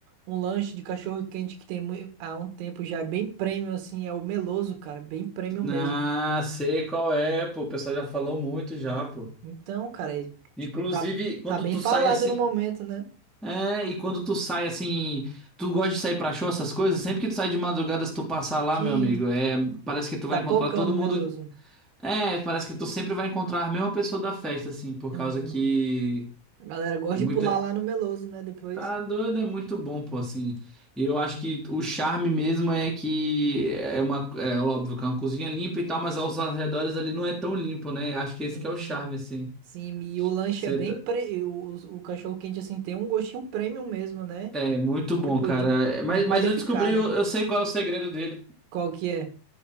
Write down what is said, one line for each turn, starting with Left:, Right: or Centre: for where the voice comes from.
Right: um lanche de cachorro quente que tem mui- há um tempo já é bem premium, assim, é o Meloso, cara, bem premium mesmo.
Centre: Ah, sei qual é, pô. O pessoal já falou muito já, pô.
Right: Então, cara, é,
Centre: Inclusive,
Right: tipo, tá,
Centre: quando
Right: tá bem
Centre: tu
Right: falado
Centre: sai assim.
Right: no momento, né?
Centre: É, e quando tu sai assim. Tu gosta de sair pra show, essas coisas? Sempre que tu sai de madrugada, se tu passar lá,
Right: Sim,
Centre: meu amigo, é, parece que tu vai
Right: tá
Centre: encontrar
Right: pocando
Centre: todo mundo.
Right: o Meloso.
Centre: É, parece que tu sempre vai encontrar a mesma pessoa da festa, assim, por
Right: Hum,
Centre: causa que
Right: a galera gosta
Centre: é
Right: de
Centre: muita.
Right: pular lá no Meloso, né, depois.
Centre: Tá doido, é muito bom, pô, assim. E eu acho que o charme mesmo é que é uma. É óbvio que é uma cozinha limpa e tal, mas aos arredores ali não é tão limpo, né? Acho que esse
Right: Sim.
Centre: que é o charme, assim.
Right: Sim, e o lanche
Centre: Você
Right: é bem
Centre: tá
Right: pre... o, o cachorro quente assim tem um gostinho premium mesmo, né?
Centre: É muito bom,
Right: Tipo
Centre: cara.
Right: de
Centre: É, Mas,
Right: bem qualificado.
Centre: mas eu descobri, eu, eu sei qual é o segredo dele.
Right: Qual que é?